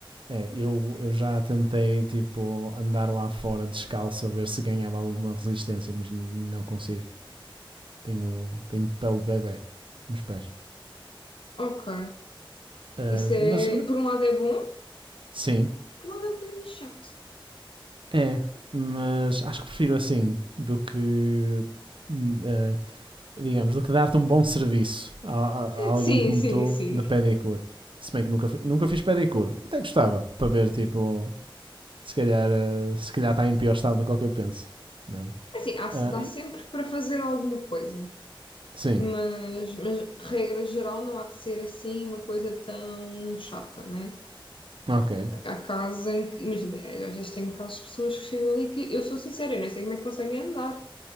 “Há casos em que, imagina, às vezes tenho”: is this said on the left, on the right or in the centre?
Left